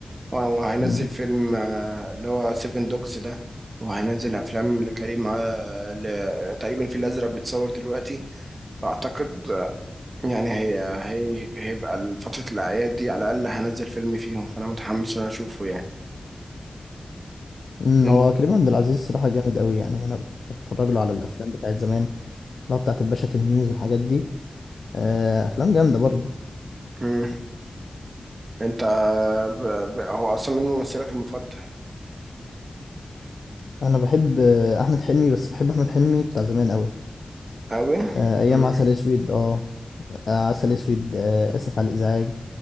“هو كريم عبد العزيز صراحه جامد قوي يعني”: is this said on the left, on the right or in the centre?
Left